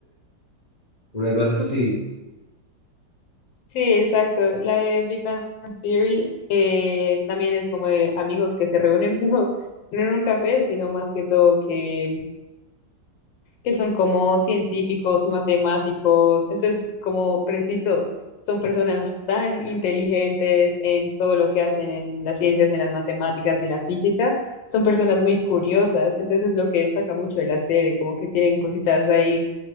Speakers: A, on the left; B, on the left.
A: Una cosa así.
B: <laughs> Sí, exacto. La de Big Bang Theory eh, también es como de amigos que se reúnen, <laughs> pero no en un café, sino más que todo que que son como científicos y matemáticos. Entonces, como preciso, son personas tan inteligentes en todo lo que hacen en las ciencias, en las matemáticas, en la física. Son personas muy curiosas. Entonces, lo que destaca mucho de la serie, como que tienen cositas ahí